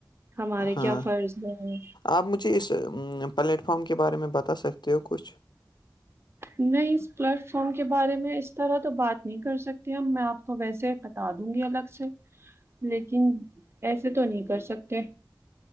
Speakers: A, on the right (about 35°); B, on the left (about 80°).
A: ہمارے
B: ہاں،
A: کیا فرض ہے
B: آپ مجھے اس پلیٹ فم کے بارے میں بتا سکتے ہو کچھ
A: نہیں اس پلیٹ فارم کے بارے میں اس طرح تو بات نہیں کر سکتی ہم میں آپ کو ویسے ہی بتا دوں گی الگ سے لیکن ایسے تو نہیں کر سکتے